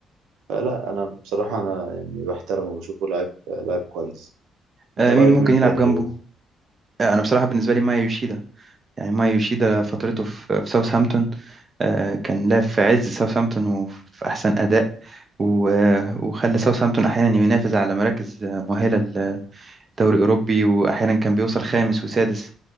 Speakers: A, on the right; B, on the right.
A: فلا انا بصراحة انا يعني بحترمه وبشوفه لاعب لاعب كويس انت
B: آه،
A: رأيك
B: مين ممكن
A: مين
B: يلعب
A: تاني
B: جنبه
A: غيره؟
B: آه، أنا بصراحة بالنسبة لي مايا يوشيدا يعني مايا يوشيدا فترته في في ساوثهامبتون آه، كان لاعب في عز ساوثهامبتون وفي أحسن أداء و- وخلى ساوثهامبتون أحيانا ينافس على مراكز مؤهلة للدوري الأوروبي وأحيانا كان بيوصل خامس وسادس